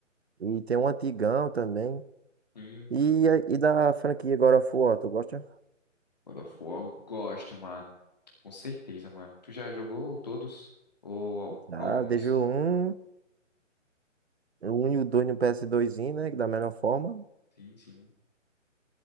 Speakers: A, on the right (about 55°); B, on the left (about 35°).
A: E tem um antigão também.
B: sim,
A: E,
B: sim.
A: a- e da franquia God of War, tu gosta?
B: God of War, gosto, mano. Com certeza, mano. Tu já jogou todos? Ou
A: Ah,
B: alguns?
A: deixo o um, o 1 e o 2 no PS2zinho, né? que Da melhor forma.
B: Sim, sim.